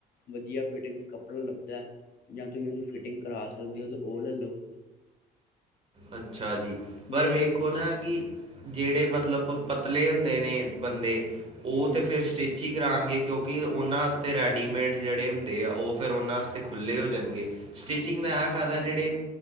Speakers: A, on the left; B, on the right.
A: ਵਧੀਆ ਫਿਟਿੰਗ ਚ ਕੱਪੜਾ ਲੱਭਦਾ ਹੈ। ਜਾਂ ਤੁਸੀਂ ਉਹਨੂੰ ਫਿਟਿੰਗ ਕਰਾ ਸਕਦੇ ਹੋ ਤਾਂ ਉਹ ਲੈ ਲਓ।
B: ਅੱਛਾ ਜੀ, ਪਰ
A: ਮੇਰੇ
B: ਵੇਖੋ
A: ਵੀ ਪਿੱਛੇ
B: ਨਾ ਕਿ। ਜਿਹੜੇ ਮਤਲਬ ਖੁਦ ਪਤਲੇ ਹੁੰਦੇ ਨੇ ਬੰਦੇ ਉਹ
A: ਹੂੰ
B: ਤਾਂ ਫਿਰ ਸਟਿਚ ਕਰਾਨਗੇ ਕਿਉਂਕਿ ਉਹਨਾਂ ਵਾਸਤੇ ਰੈਡੀਮੇਡ ਜਿਹੜੇ ਹੁੰਦੇ ਆ, ਉਹ ਫੇਰ ਉਹਨਾਂ ਵਾਸਤੇ ਖੁੱਲੇ ਹੋ ਜਾਣਗੇ। ਸਟਿਚਿੰਗ ਦਾ ਇਹ ਫਾਇਦਾ ਜੇਡੇ